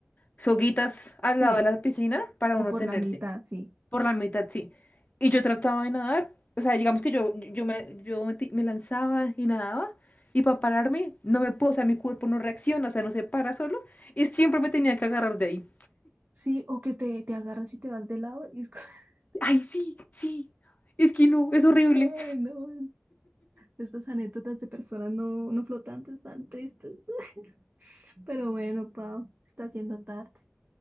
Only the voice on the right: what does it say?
Sí,
o
por
la mitad, sí.
Sí, o que te, te agarras y te vas de lado y es co- <laughs>
Ay, no. Estas anécdotas de personas no, no flotantes tan tristes. <laughs> Pero bueno, Pau, está haciendo tarde.